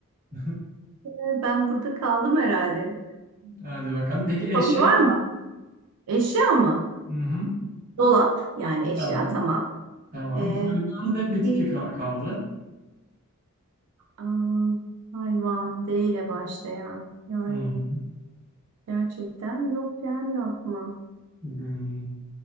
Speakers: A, on the right (about 40°); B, on the right (about 85°).
A: <laughs>
B: E, ben burada kaldım herhalde.
A: hadi bakalım. Peki eşya?
B: Kopya var mı? Eşya mı?
A: Hı-hı.
B: Dolap, yani eşya
A: Tamam.
B: tamam.
A: Tamam.
B: Ee,
A: Hayvan
B: bitki
A: ve bitki ka- kaldı.
B: aa, hayvan D ile başlayan yani
A: Hı-hı.
B: gerçekten yok gelmiyor aklıma.
A: Hmm.